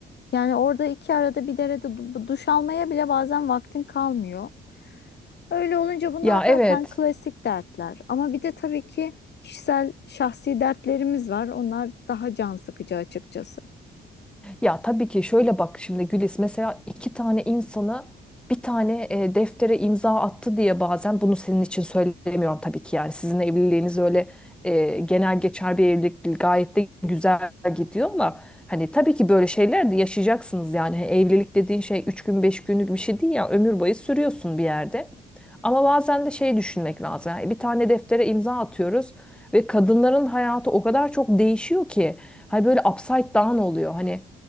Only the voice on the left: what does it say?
yani orada iki arada bir derede du- duş almaya bile bazen vaktin kalmıyor. Öyle olunca bunlar
zaten klasik dertler. Ama bir de tabii ki kişisel şahsi dertlerimiz var. Onlar daha can sıkıcı açıkçası.